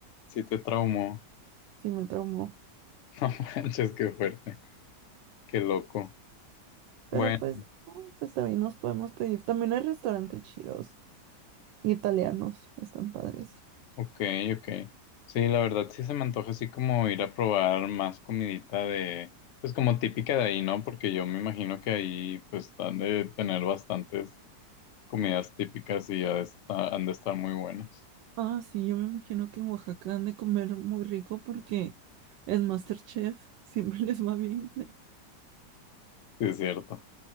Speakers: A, on the left; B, on the right.
A: Si te traumó.
B: sí me traumó.
A: <laughs> No manches, qué fuerte, qué loco.
B: Pero
A: Bueno.
B: pues, no, pues también nos podemos pedir. También hay restaurantes chidos, italianos, están padres.
A: Ok, ok. Sí, la verdad sí se me antoja así como ir a probar más comidita de, pues como típica de ahí, ¿no? Porque yo me imagino que ahí pues han de tener bastantes comidas típicas y ya está- han de estar muy buenas.
B: Ah, sí, yo me imagino que en Oaxaca han de comer muy rico porque en MasterChef siempre <laughs> les va bien.
A: Sí, es cierto.